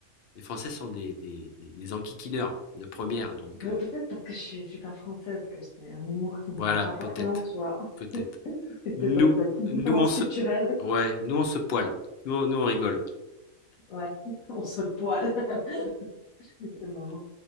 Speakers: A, on the left; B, on the left.
A: les Français sont des, des, des- des enquiquineurs de première, donc
B: Pe-
A: euh,
B: peut-être parce que je suis super française, que j'ai un humour qui me
A: voilà,
B: parle pas forcément,
A: peut-être,
B: tu vois. <laughs>
A: peut-être.
B: C'est
A: Nous,
B: peut-être de la petite
A: nous
B: différence
A: on se,
B: culturelle.
A: ouais, nous on se poile, nous, on- nous on rigole.
B: Ouais, <laughs> on se poile. <laughs> C'est marrant.